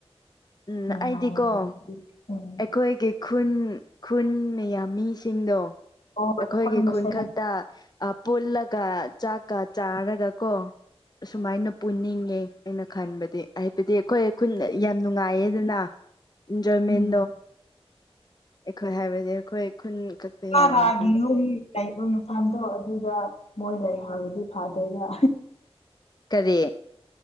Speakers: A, on the left; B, on the left.
A: ꯎꯝ
B: ꯅꯨꯡꯉꯥꯏ
A: ꯑꯩꯗꯤꯀꯣ
B: <unintelligible>
A: ꯑꯩꯈꯣꯏꯒꯤ ꯈꯨꯟ ꯈꯨꯟ ꯃꯌꯥꯝ ꯃꯤꯁꯤꯡꯗꯣ
B: ꯑꯣ
A: ꯑꯩꯈꯣꯏꯒꯤ
B: ꯑꯩꯈꯣꯏ ꯃꯁꯦꯟ
A: ꯈꯨꯟ ꯈꯛ ꯇ ꯄꯨꯜꯂꯒ ꯆꯥꯛꯀ ꯆꯥꯔꯒ ꯀꯣ ꯑꯁꯨꯃꯥꯏꯅ ꯄꯨꯟꯅꯤꯡꯉꯦ ꯑꯩꯅ ꯈꯟꯕꯗꯤ ꯍꯥꯏꯕꯗꯤ ꯑꯩꯈꯣꯏ ꯈꯨꯟ ꯌꯥꯝ ꯅꯨꯡꯉꯥꯏꯌꯦꯗꯅ ꯏꯟꯖꯣꯏꯃꯦꯟ
B: ꯎꯝ
A: ꯑꯩꯈꯣꯏ ꯍꯥꯏꯕꯗꯤ ꯑꯩꯈꯣꯏ ꯈꯨꯟ ꯈꯛꯇ
B: ꯔꯥ
A: ꯌꯥꯎꯔꯒ
B: ꯔꯥꯒꯤ ꯌꯨꯝ ꯂꯩꯕ ꯃꯐꯝꯗꯣ ꯑꯗꯨꯗ ꯃꯣꯏ ꯂꯩ ꯍꯥꯏꯕꯗꯤ ꯐꯗꯣꯏꯕ
A: ꯀꯔꯤ